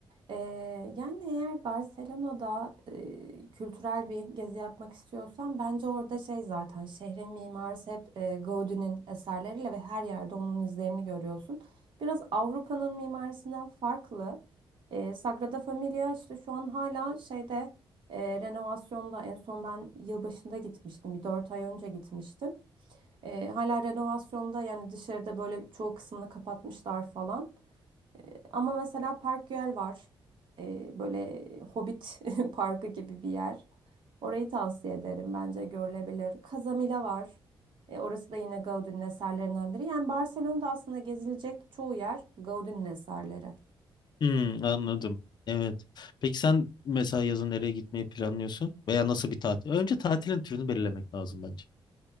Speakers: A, on the right; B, on the left.
A: Ee, yani eğer Barcelona'da e, kültürel bir gezi yapmak istiyorsan bence orada şey zaten şehrin mimarisi hep e, Gauguin'in eserleriyle ve her yerde onun izlerini görüyorsun. Biraz Avrupa'nın mimarisinden farklı. Ee, Sagrada Familia işte şu an hala şeyde e, renovasyonda en son ben yılbaşında gitmiştim. Bir 4 ay önce gitmiştim. Ee, hala renovasyonda yani dışarıda böyle çoğu kısmını kapatmışlar falan. Ama mesela Park Güell var. Ee, böyle Hobbit <laughs> parkı gibi bir yer. Orayı tavsiye ederim. Bence görülebilir. Casamila var. Ee, orası da yine Gaudí'nin eserlerinden biri. Yani Barcelona'da aslında gezilecek çoğu yer Gaudí'nin eserleri.
B: Hmm, anladım. Evet. Peki sen mesela yazın nereye gitmeyi planlıyorsun? Veya nasıl bir tatil? Önce tatilin türünü belirlemek lazım bence.